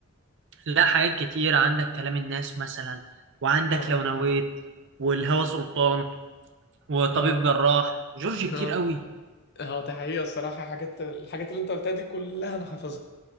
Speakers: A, on the right (about 60°); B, on the left (about 50°).
A: لا حاجات كتير عندك كلام الناس مثلا وعندك
B: اه
A: لو نويت والهوى سلطان وطبيب
B: اه
A: جراح جورج كتير
B: اه
A: قوي
B: اه ده حقيقة الصراحة حاجات الحاجات اللي انت قلتها دي كلها انا حافظها